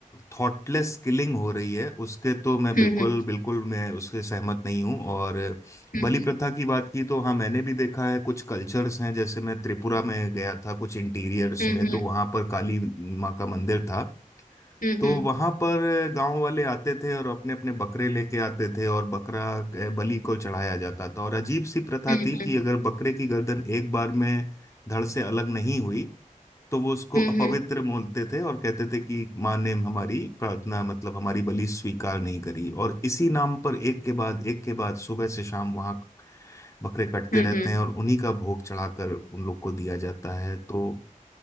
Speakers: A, on the left (about 20°); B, on the left (about 80°).
A: थॉटलेस किलिंग हो रही है उसके तो मैं बिल्कुल
B: हम्म
A: बिल्कुल मैं उसके सहमत नहीं हूँ और
B: हम्म
A: बलि प्रथा की बात की तो हाँ मैंने भी देखा है कुछ कल्चर्स हैं जैसे मैं त्रिपुरा में गया था कुछ इंटीरियर्स
B: हम्म
A: में तो वहाँ पर काली माँ का मंदिर था
B: हम्म
A: तो
B: हम्म
A: वहाँ पर गांव वाले आते थे और अपने अपने बकरे लेके आते थे और बकरा अ, बलि को चढ़ाया जाता था और अजीब सी प्रथा
B: हम्म
A: थी कि अगर बकरे की गर्दन एक बार में धड़ से अलग नहीं हुई तो वो उसको
B: हम्म हम्म
A: अपवित्र
B: हम्म हम्म
A: बोलते थे और कहते थे कि माँ ने हमारी प्रार्थना मतलब हमारी बलि स्वीकार नहीं करी और इसी नाम पर एक के बाद एक के बाद सुबह से शाम वहां बकरे कटते
B: हम्म
A: रहते
B: हम्म
A: हैं और उन्हीं का भोग चढ़ाकर उन लोग को दिया जाता है तो